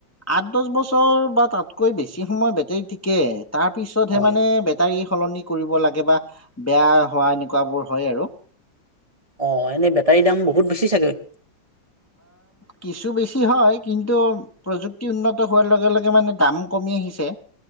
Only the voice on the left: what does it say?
আঠ দহ বছৰ বা তাতকৈ বেছি সময় বেটেৰী ঠিকে তাৰ পিছতহে
মানে
বেটাৰী সলনি কৰিব লাগে বা বেয়া হোৱা এনেকুৱাবোৰ হয় আৰু
কিছু বেছি হয় কিন্তু প্ৰযুক্তি উন্নত হোৱাৰ লগে লগে মানে দাম কমি আহিছে।